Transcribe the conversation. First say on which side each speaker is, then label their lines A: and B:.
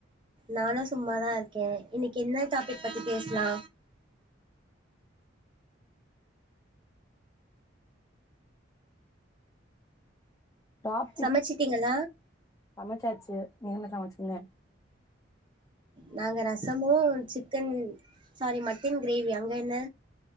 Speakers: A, on the right; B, on the left.
A: நானு சும்மா தா இருக்கே இன்னிக்கு என்ன டாபிக் பத்தி பேசலா
B: டாபிக்
A: சமச்சிட்டீங்களா
B: சமச்சாச்சு நீங் என்ன சமச்சீங்க
A: நாங்க ரசமு சிக்கன் சாரி மட்டன் க்ரேவி அங்க என்ன